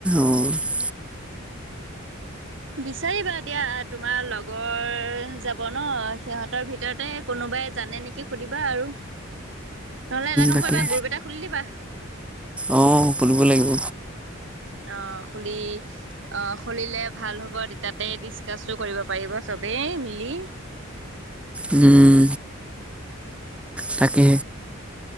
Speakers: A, in the centre; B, on the right (about 60°).
A: অ'
B: বিচাৰিবা দিয়া তোমাৰ লগৰ যাব ন সিহঁতৰ ভিতৰতে কোনো। বাই জানে নেকি সুধিবা আৰু নহলে এটা কাম
A: তাকে
B: কৰিবা গুৰূপটা খুলি দিবা।
A: অ খুলিব লাগিব।
B: অ খুলি অ খুলিলে ভাল হ'ব তাতে ডিচকাছো কৰিব পাৰিব চব। দেই মিলি।
A: উম। তাকে।